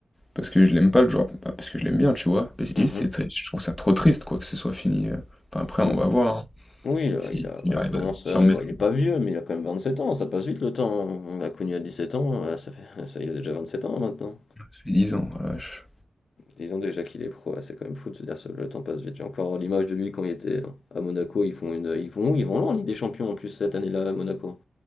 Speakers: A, on the left (about 15°); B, on the left (about 70°).
A: Parce que je l'aime pas le joueur, pas parce que je l'aime bien, tu vois. Basili,
B: Mhm.
A: c'est très- je trouve ça trop triste, quoi, que ce soit fini. euh. Enfin, après,
B: Mm.
A: on va voir, hein,
B: Oui, il, a,
A: si,
B: il a-
A: s'il
B: ouais,
A: arrive
B: il commence
A: à s'y
B: à-
A: remettre.
B: ouais, il
A: quoi.
B: est pas vieux, mais il a quand même 27 ans, ça passe vite le temps. On l'a connu à 17 ans, ouais, ça fait, ça, il a déjà 27 ans hein, maintenant.
A: Ça fait 10 ans, oh la vache.
B: Disons déjà qu'il est pro, ouais, c'est quand même fou de se dire que le temps passe vite. J'ai encore l'image de lui quand il était à Monaco, ils font une, ils vont où? Ils vont loin en Ligue des Champions en plus cette année-là à Monaco,